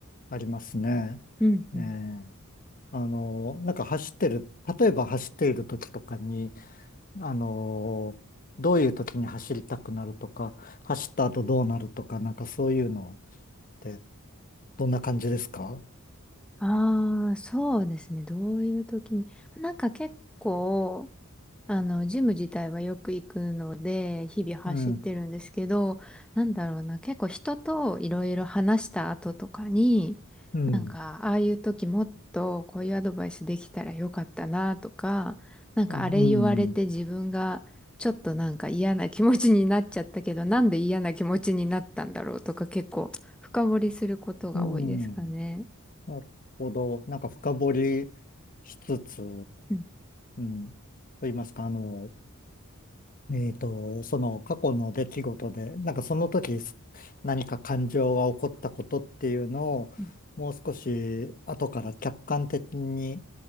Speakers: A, on the left; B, in the centre.
A: ありますね。
B: うんうん。
A: ええあの、なんか走ってる、例えば走っている時とかに、あの、どういう時に走りたくなるとか、走った後どうなるとか、なんかそういうのってどんな感じですか
B: ああ、そうですね。どういう時に。なんか結構、あの、ジム自体はよく行くので、日々走ってるんですけど、
A: うん、
B: なんだろうな、結構人といろいろ話した後とかに、
A: うん、
B: なんか、ああいう時もっとこういうアドバイスできたらよかったなとか、なんかあれ言われて自分がちょっとなんか嫌な気持ちになっちゃったけど、
A: うん、
B: なんで嫌な気持ちになったんだろうとか結構深掘りすることが多いですかね。
A: うん。なるほど。なんか深掘りしつつ、う
B: うん
A: ん。と言いますか、あの、えっと、その過去の出来事で、なんかその時す何か感情が起こったことっていうのを、
B: うん
A: もう少し後から客観的に